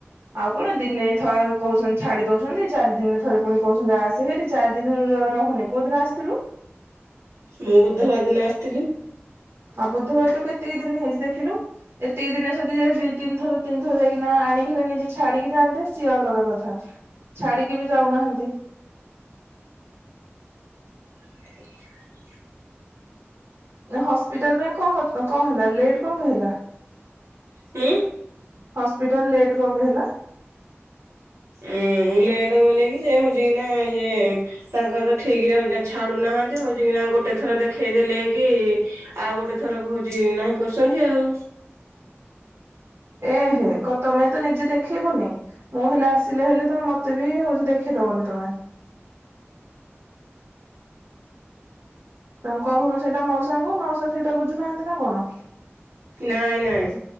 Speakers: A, on the right (about 60°); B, on the right (about 85°).
A: ଆଉ କଣ ଦିନେ ଥ କହୁଚ ଛାଡି ଦଉଛନ୍ତି ଚାରି ଦିନ ଥରେ ପୁଣି କହୁଛନ୍ତି ଆସେ ହେରି ଚାରି ଦିନ ରହୁନି କୋଉ ଦିନ ଆସିଥିଲୁ?
B: ମୁଁ ବୁଧବାର ଦିନ ଆସିଥିଲି।
A: ଆଉ ବୁଧବାର ତୁ କେତିକି ଦିନ ହେଇଛି ଦେଖିଲୁ, ଏତିକି ଦିନେ ଯଦି ଯ ଦିଇ ତିନି ଥର ତିନିଥର ଯାଇକିନା ଆଣିକି ହେଲେ ନିଜେ ଛାଡିକି ଯାଆନ୍ତେ ସିଏ ଅଲଗା କଥା। ଛାଡିକି ବି ଯାଉନାହାନ୍ତି।
B: <inaudible>
A: ହସ୍ପିଟାଲ ପାଇଁ କଣ କଣ ହେଲା ଲେଟ୍ କଣ ପାଇଁ ହେଲା?
B: ହୁଁ।
A: ହସ୍ପିଟାଲ ଲେଟ୍ କଣ ପାଇଁ ହେଲା?
B: ଉଁ ଲେଟ ବଲିକିି ସେ ହଉଛି କି ନା ଇଏ ତାଙ୍କ ତ ଠିକ୍ ରେ ହଉଛି ନା ଛାଡୁନାହାନ୍ତି ହଉଛି କିନା ଗୋଟେ ଥର ଦେଖେଇ ଦେଲେ କି ଆଉ ଗୋଟେ ଥର କୁ ହଉଛି ନାହିଁ କରୁଛନ୍ତି ଆଉ,
A: ଏ ହେ କ ତମେ ତ ନିଜେ ଦେଖେଇବନି ମୁଁ ହେଲେ ଆସି ଚିଲେ ହେଲେ ତ ମତେ ବି ହଉଚି ଦେଖେଇଦବନି ତମେ। ତାଙ୍କୁ କହୁନୁ ସେଇଟା ମଉସାଙ୍କୁ ମଉସା ସେଇଟା ବୁଝୁନାହାନ୍ତି ନା କଣ?
B: ନାଇଁ ନାଇଁ